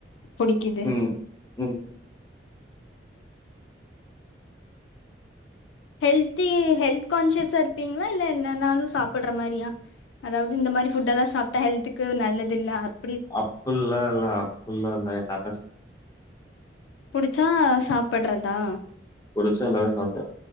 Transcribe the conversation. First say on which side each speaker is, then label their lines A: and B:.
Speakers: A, on the left; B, on the left.
A: புடிக்கிது
B: ம் ம்
A: ஹெல்தி ஹெல்த் கான்சியஸா இருப்பீங்களா இல்ல என்னனாலு சாப்பிடுற மாரியா அதாவது இந்த மாரி புட் எல்லா சாப்ட்டா ஹெல்த்துக்கு நல்லதில்ல அப்
B: அப்பல்லால்ல அப்பல்லால்ல எல்லாமே சாப்
A: புடிச்சா சாப் பட்றதா
B: புடிச்சா எல்லாமே சாப்ட்வே